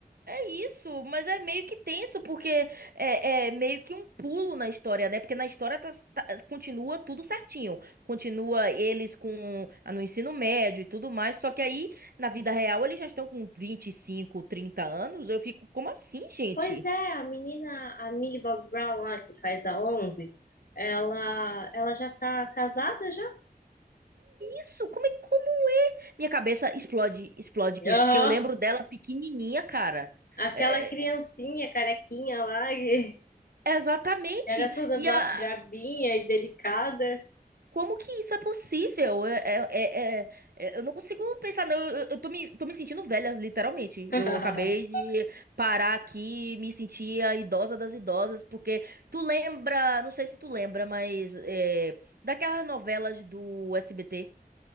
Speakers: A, on the right (about 70°); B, on the left (about 65°).
A: Isso, mas é meio que tenso, porque é, é meio que um pulo na história, né? Porque na história tá- tá- continua tudo certinho. Continua eles com ah, no ensino médio e tudo mais. Só que aí, na vida real, eles já estão com 25, 30 anos. Eu fico, como assim, gente?
B: Pois é, a menina, a Millie Bob Brown lá, que faz a 11, ela, ela já tá casada já?
A: Isso, como é, como é? Minha cabeça explode, explode com
B: Aham.
A: isso, porque eu lembro dela pequenininha, cara.
B: Aquela
A: É,
B: criancinha
A: é, é-
B: carequinha lá, que
A: exatamente.
B: <laughs> era toda
A: E
B: ba-
A: a,
B: brabinha e delicada.
A: Como que isso é possível? É- é- é- é- é- eu não consigo pensar, não. Eu, eu- eu tô me, tô me sentindo velha, literalmente.
B: <laughs>
A: Eu acabei de parar aqui, me sentir a idosa das idosas, porque tu lembra, não sei se tu lembra, mas é, daquelas novelas do SBT,